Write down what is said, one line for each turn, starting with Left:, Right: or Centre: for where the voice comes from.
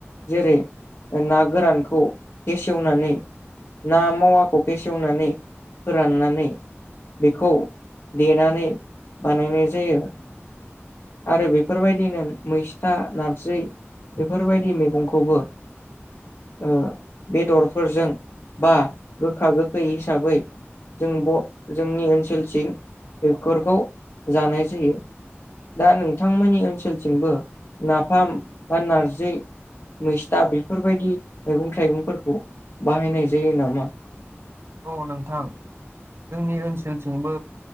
Left: जेरै ना गोरानखौ फेसेवनानै ना मावाखौ फेसेवनानै फोराननानै बेखौ देनानै बानायनाय जायो आरो बेफोरबायदिनो मैस्था नारजै बेफोरबायदि मैगंखौबो ओ बेदरफोरजों बा गोखा गोखै हिसाबै जों ब जोंनि ओनसोलथिं बेफोरखौ जानाय जायो दा नोंथांमोननि ओनसोलथिंबो नाफाम बा नारजै मैस्था बेफोरबायदि मैगं थाइगंफोरखौ बाहायनाय जायो नामा?
Right: औ नोंथां जोंनि ओनसोलथिंबो